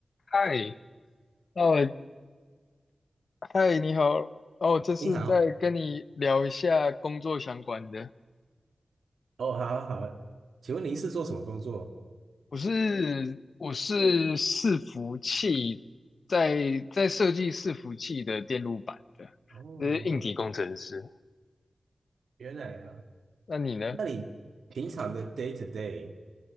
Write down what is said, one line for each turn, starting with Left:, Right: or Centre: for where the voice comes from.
Left: 嗨，哦，嗨，你好，哦，这是在跟你聊一下工作相关的。
Right: 你好，哦，好好好，请问您是做什么工作？
Left: 我是我是伺服器，在在设计伺服器的电路板的，
Right: 哦，
Left: 就是硬体工程师。
Right: 原来啊，
Left: 那你呢？
Right: 那你平常的 day to day